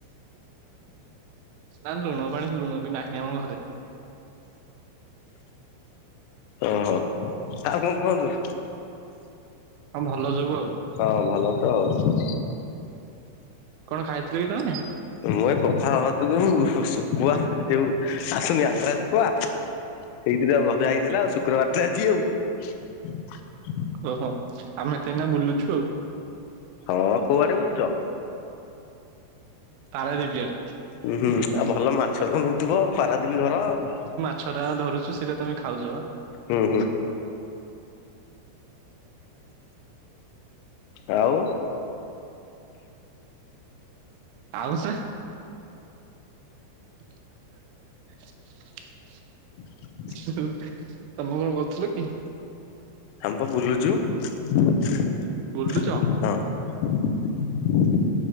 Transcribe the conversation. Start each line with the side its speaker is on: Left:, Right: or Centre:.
Right: ନା ଲୁଣ ପାଣି, ଲୁଣ ବି ନାହିଁ ଆମ ଘରେ।
Left: ଓହୋ, ଆଉ କଣ କୁହନ୍ତୁ?
Right: ହଁ ଭଲ ସବୁ ଆଉ।
Left: ହଁ ଭଲ ତ ଆଉ।
Right: କଣ ଖାଇଥିଲ କି ତମେ?
Left: ମୁଁ ଏ ପଖାଳ ଭାତ କୁ ସୁ ଶୁଖୁଆ ଯୋଉ ଆସୁନି ଆନ୍ଧ୍ରା ଶୁଖୁଆ। ଏଇଥିରେ ଭଜା ହେଇଥିଲା ଆଉ ଶୁକ୍ରବାରଟ ଆଜି ଆଉ।
Right: ଓହୋ, ଆମେ ତ ଏଇନା ବୁଲୁଛୁ ଆଉ।
Left: ହଁ କୋଉ ଆଡେ ବୁଲୁଛ?
Right: ପାରାଦ୍ୱୀପ ଆଡେ।
Left: ହୁଁ ହୁଁ, ଆଉ ଭଲ ମାଛ ତ ମିଳୁଥିବ, ପାରାଦୀପ ଘର ଆଉ।
Right: ଛରା ଧରୁଛୁ ସେଇଟା ତମେ ଖାଉଛ ବା।
Left: ହୁଁ ହୁଁ। ଆଉ।
Right: ଆଉ ସେ <inaudible>
Left: <inaudible>
Right: ତମେ କଣ କରୁଥିଲ କି?
Left: ଆମେ ବା ବୁଲୁଛୁ, ହଁ।
Right: ବୁଲୁଛ
Left: <inaudible>